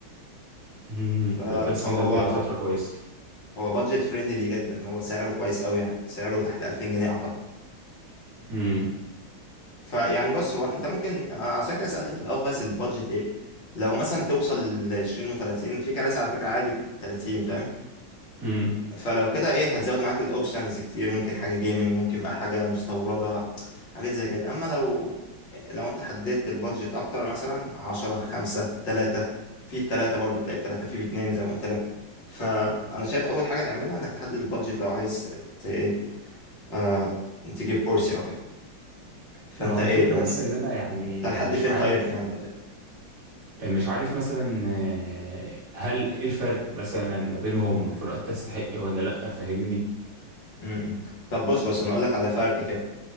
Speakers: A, on the right; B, on the left.
A: امم
B: فهو
A: ده ترسم
B: هو
A: ده بقالي
B: هو
A: فترة كويسة
B: هو بادجت فريندلي جدا هو سعره كويس قوي يعني سعره تحت 2000 جنيه اعتقد
A: امم
B: فيعني بص هو انت ممكن آه، عشان كده سألتك في الاول خالص البادجت ايه لو مثلا توصل ل 20 و30 في كراسي على فكرة عادي ب 30 فاهم
A: امم
B: فلو كده ايه هتزود معاك الاوبشنز كتير ممكن حاجه جيمنج ممكن بقى حاجه مستورده حاجات زي كده اما لو لو انت حددت البادجت اكتر مثلا عشرة خمسة تلاتة في بتلاتة برضو تلاقي بتلاتة في باتنين زي ما قلت لك فانا شايف اول حاجه تعملها انك تحدد البادجت لو عايز ت... ايه آه... تجيب كورسي او كده فانت
A: ما هو الفكرة
B: ايه يعني
A: بس ان انا يعني
B: انت لحد
A: مش
B: فين
A: عارف
B: طيب يعني البادجت
A: مش عارف مثلا آه، هل ايه الفرق مثلا ما بينهم والفروقات تستحق ولا لا فاهمني؟
B: م- م. طب بص بص انا اقول لك على فرق كده